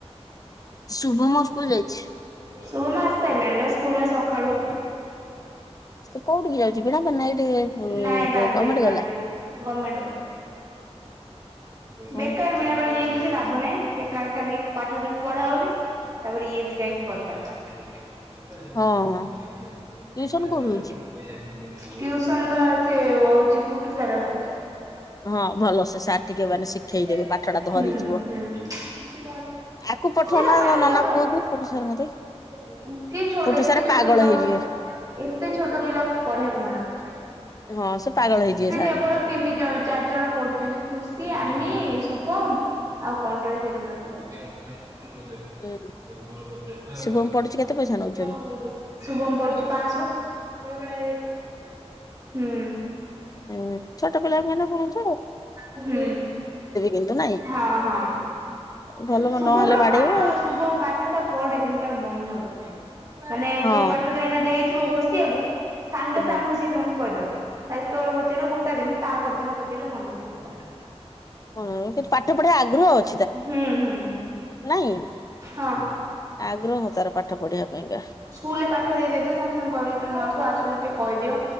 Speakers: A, on the left; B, on the right.
A: ଶୁଭମ ସ୍କୁଲ ଯାଇଛି।
B: ଶୁଭମ ଆସି ସାରିଲାଣି ବା ସ୍କୁଲ ଆଜି ସକାଳୁ।
A: ସେ କୋଉଠିିକି ଯାଉଛି ବୀଣାପାଣି ନା ଏଇଠି ଉ
B: ନାଇଁ ବ୍ୟାଗ
A: ଯୋଉ ଗମେଟ
B: ଦେବି ବ୍ୟାଗ
A: ଗଲା।
B: ଦେବି ଗମେଣ୍ଟ ଗଲା
A: ହଁ
B: ବେକାର ବିଣାପାଣି ଯାଇଁକି କିଛି ଲାଭ ନାହିଁ ବେକାର ଖାଲି ପାଠ ବି ପଢା ହଉନି ତାପରେ ଇଏ ବି ଯାଇକି ବରବାଦ। <unintelligible>
A: ହଁ ଟିଉସନ କୋଉଠି ହଉଛି?
B: ଟ୍ୟୁସନ ବା ସେ ହଉଛି ପୁଟୁ ସାରଙ୍କ ଟିଉସନ।
A: ହଁ ଭଲ ସେ ସାର୍ ଟିକେ ମାନେ ଶିଖେଇଦେବେ
B: ହୁଁ
A: ପାଠ ଟା ଧରିଯିବ।
B: ହୁଁ। କିଛି
A: ଆକୁ ପଠଉନା
B: ସେ ନା ପାଠ
A: ତମ ନନା
B: ଧ
A: ପୁଅକୁ ପୁଟୁ ସାରଙ୍କ କତିକି।
B: ସିଏ ଛୋଟ
A: ପୁଟୁ
B: ଏତେ
A: ସାର୍
B: ଛୋଟ
A: ପାଗଳ
B: ପିଲାକୁ
A: ହେଇଯିବେ
B: ଏତେ ଛୋଟ ପିଲାଙ୍କୁ ପଢେଇିବାକୁ ମନା କରୁଥିଲେ।
A: ହଁ ସେ ପାଗଳ ହେଇଯିବେ
B: ସିଏ
A: ସାର୍।
B: କେବଳ ତିନି ଜଣ ଚାରି ଜଣ ପଢୁଛନ୍ତି ଖୁସି, ଆନି, ଶୁଭମ ଆଉ କଣଟେ ସେଠି ଗୋଟେ ପିଲାଟେ। <unintelligible>
A: ହୁଁ।
B: ଶୁଭମ
A: ଶୁଭମ
B: ପଡୁଛି
A: ପଢୁଛି କେତେ ପଇସା ନଉଛନ୍ତି
B: ପାଞ୍ଚଶ ପା ହୁଁ।
A: ଉୁ ଛୋଟ ପିଲାକୁ ଏନା ପଢ଼ଉଚି।
B: ହୁଁ
A: କିନ୍ତୁ ନାଇଁ।
B: ହଁ ହଁ
A: ଭଲ
B: ଶୁଭମ
A: ନହେଲେ
B: ର
A: ବାଡେଇବେ
B: ପାଠ ଶୁଭମ ପାଠ ଟା ପଢେ କିନ୍ତୁ ତାର ମନ ମାନେ
A: ହଁ
B: ଯୋଉ ପାଠଟା ଏଇନା ଦେଇଥିବ ଘୋଷିଆକୁ ସାଙ୍ଗେ
A: ଘ
B: ସାଙ୍ଗ ଘୋଷିକି ତମକୁ କହିଦବ ସତେବେଳେ ପଚାର ଗୋଟାଏ ଦିନ ତା ପରଦିନ ପଚାର ଥିର ମାନେ ନଥିବ ସେ ପାଠ।
A: ହଁ କିନ୍ତୁ ପାଠ ପଢିବା ଆଗ୍ରହ ଅ
B: ହୁଁ ହୁଁ ହୁଁ।
A: ନାଇଁ।
B: ହଁ।
A: ଆଗ୍ରହ ତାର ପାଠ ପଢିବା ପାଇଁକା।
B: ସ୍କୁଲରେ ପାଠ ଦେଇଦେଇଥିବ ସାଙ୍ଗେ ସାଙ୍ଗେ କହିବ <unintelligible> ଆସୁ ଆସ ମତେ ଟିକେ କହିଦିଅ